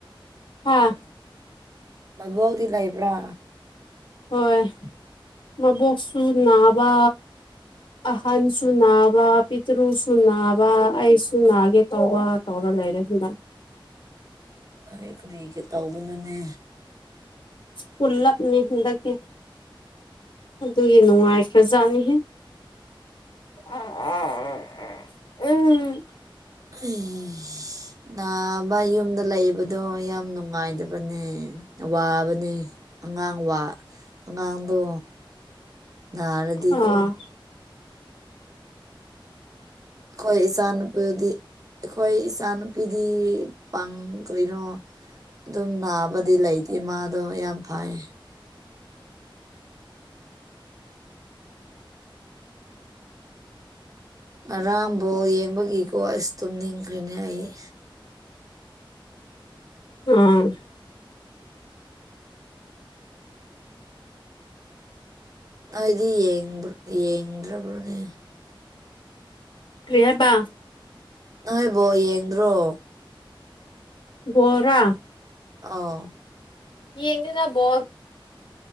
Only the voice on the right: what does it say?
ꯃꯕꯣꯛꯇꯤ ꯂꯩꯕ꯭ꯔꯥ
ꯑꯁ ꯀꯔꯤꯒꯤ ꯇꯥꯎꯕꯅꯣꯅꯦ
ꯑꯩ ꯅꯥꯕ ꯌꯨꯝꯗ ꯂꯩꯕꯗꯣ ꯌꯥꯝ ꯅꯨꯡꯉꯥꯏꯗꯕꯅꯦ ꯋꯥꯕꯅꯦ ꯑꯉꯥꯡ ꯋꯥ ꯑꯉꯥꯡꯗꯣ ꯅꯥꯔꯗꯤꯀꯣ
ꯑꯩꯈꯣꯏ ꯏꯆꯥ ꯅꯨꯨꯄꯤꯗꯤ ꯑꯩꯈꯣꯏ ꯏꯆꯥ ꯅꯨꯨꯄꯤꯗꯤ ꯄꯥꯡ ꯀꯔꯤꯅꯣ ꯑꯗꯨꯝ ꯅꯥꯕꯗꯤ ꯂꯩꯇꯦ ꯃꯥꯗꯣ ꯌꯥꯝ ꯐꯩ ꯉꯥꯔꯥꯡ ꯕꯣꯜ ꯌꯦꯡꯕꯒꯤꯀꯣ ꯑꯁ ꯇꯨꯝꯅꯤꯡꯈ꯭ꯔꯦꯅꯦ ꯑꯩ
ꯑꯩꯗꯤ ꯌꯦꯡ꯭ꯕꯔꯣ ꯌꯦꯡꯕꯗ꯭ꯔꯕ꯭ꯔꯣꯅꯦ
ꯅꯣꯏ ꯕꯣꯜ ꯌꯦꯡꯗ꯭ꯔꯣ
ꯑꯥꯎ